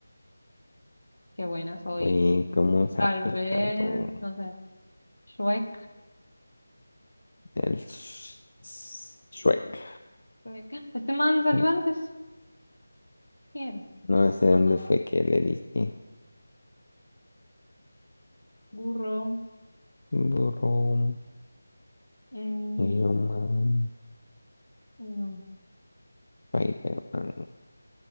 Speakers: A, on the left (about 80°); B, on the left (about 55°).
A: Qué buena soy.
B: güey, ¿cómo sabes
A: Tal vez,
B: tanto
A: no sé. Shrek.
B: del Sh- Sh- Shrek?
A: Shrek. Este man salió
B: Eh,
A: antes. ¿Quién era?
B: No sé
A: Ah,
B: dónde fue que le diste.
A: burro.
B: Burro,
A: Mm,
B: Iron Man,
A: no.
B: Spider-Man.